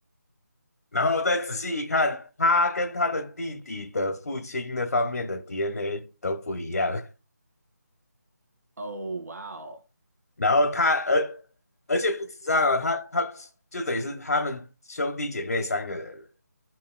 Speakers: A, on the left (about 60°); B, on the right (about 70°).
A: <laughs>”然后再仔细一看，他跟他的弟弟的父亲那方面的 DNA 都不一样。
B: 哦，哇哦，
A: <laughs> 然后他，而而且不止这样哦，他他就等于是他们兄弟姐妹三个人，